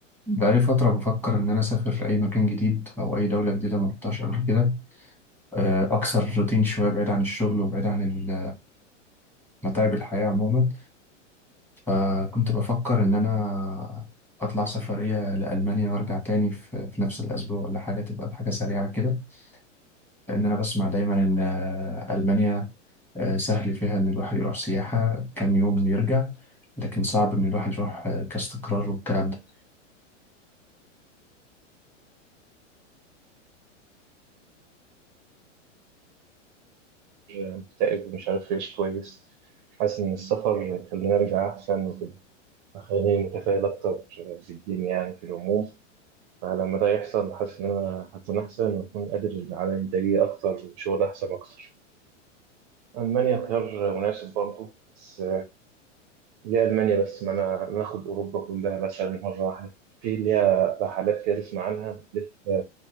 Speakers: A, in the centre; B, on the right.
A: بقالي فترة بفكر إن أنا أسافر أي مكان جديد أو أي دولة جديدة ما رحتهاش قبل كده آه، أكسر روتين شوية بعيد عن الشغل وبعيد عن ال- متاعب الحياة عموما فكنت بفكر إن أنا أطلع سفرية لألمانيا وأرجع تاني في في نفس الأسبوع ولا حاجة تبقى حاجة سريعة كده لأن أنا بسمع دايما إن آه، ألمانيا آه، سهل فيها إن الواحد يروح سياحة كام يوم ويرجع لكن صعب إن الواحد يروح آه، كاستقرار والكلام ده
B: مكتئب مش عارف أعيش كويس حاسس إن السفر خليني أرجع أحسن وكده خليني متفائل أكتر بالدين يعني في العموم فلما ده يحصل حاسس إن أنا هكون أحسن وأكون قادر على إنتاجية أكتر وشغل أحسن أكتر ألمانيا خيار مناسب برضه بس ليه ألمانيا بس ما أنا ما آخد أوروبا كلها مثلا مرة واحدة في ليها رحلات كده تسمع عنها تلف